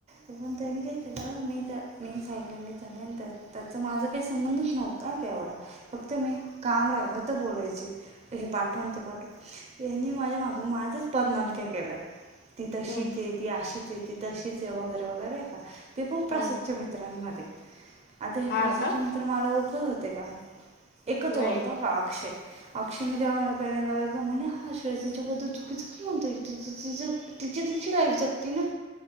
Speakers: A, on the right (about 30°); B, on the left (about 45°).
A: तो पणंत काही <unintelligible> त्यालं मी त्या मी साईलंंगी झाली आणि त्या त्याचा माझा काही संबंधच नव्हता का एवढा <unintelligible> फक्त मी काम राहिल तर बोलायचे हे पाठवून ते पाठव यांनी माझे माग माझंच बदनाम केल्या, ती तशीच
B: हम्म
A: आहे, ती अशीच आहे, ती तशीच आहे वगैरे वगैरे का ते पण प्रसादच्या
B: हम्म
A: मित्र मध्ये, आता हे
B: हा
A: प्रसादचे
B: का
A: मित्र तर मला ओळखत होते का, एकच
B: नाही
A: ओळखतो हा अक्षय अक्षय ने जेव्हा मला पहिल्यांदा बघितलं, म्हणे हा श्रेयस तिच्याद्दल चुकीचं काय म्हणतोय तिचं तिची तिची लाईफ जगती ना,